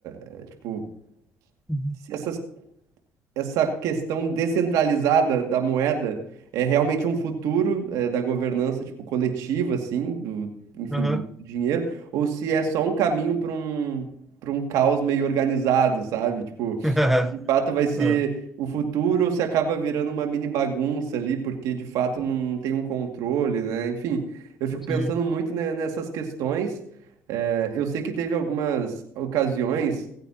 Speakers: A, on the right; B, in the centre.
A: eh, tipo,
B: Uhum.
A: se essas essa questão descentralizada da moeda é realmente um futuro eh, da governança tipo coletiva assim do enfim
B: Aham.
A: do dinheiro ou se é só um caminho para um para um caos meio organizado sabe tipo
B: <laughs>
A: se de fato vai ser
B: É,
A: o futuro ou se acaba virando uma mini bagunça ali porque de fato não tem um controle né enfim eu fico
B: Sim.
A: pensando muito ne- nessas questões Eh, eu sei que teve algumas ocasiões